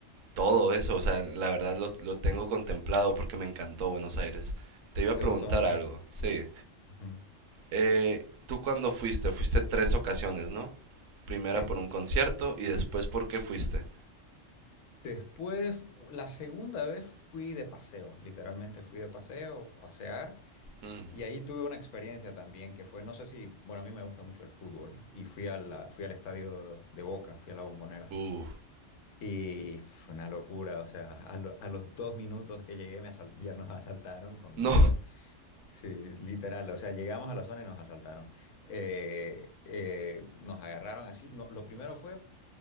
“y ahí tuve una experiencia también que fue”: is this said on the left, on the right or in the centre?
Left